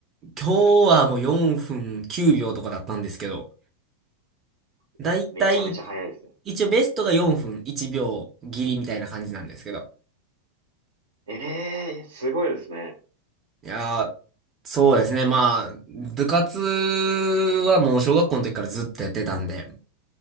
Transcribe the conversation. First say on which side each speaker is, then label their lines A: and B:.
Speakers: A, on the right; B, on the right.
A: 今日はもう4分9秒とかだったんですけど、だいたい、
B: いや、めちゃめちゃ早いですよ。
A: 一応ベストが4分1秒切りみたいな感じなんですけど。
B: ええすごいですね。
A: いやーそうですね。まあ、部活はもう小学校の時からずっとやってたんで。